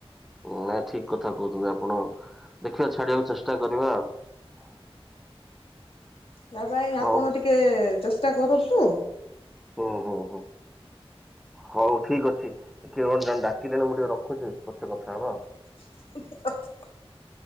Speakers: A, in the centre; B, on the left (about 65°).
A: ନାଇ ଠିକ କଥା କହୁଛନ୍ତି ଆପଣ ଦେଖିବା ଛାଡିବାକୁ ଚେଷ୍ଟା କରିବା ଆଉ। <inaudible>
B: ତା ଭାଇ
A: ହଉ
B: ଆପଣ ଟିକେ ଚେଷ୍ଟା କରନ୍ତୁ।
A: ହଁ ହୋ ହଁ। ହଉ ଠିକ ଅଛି କିଏ କଣ ଜଣ ଡାକିଲେଣି ମୁଁ ଟିକେ ରଖୁଛି ପଛେ କଥା ହବା ଆଉ।
B: <inaudible>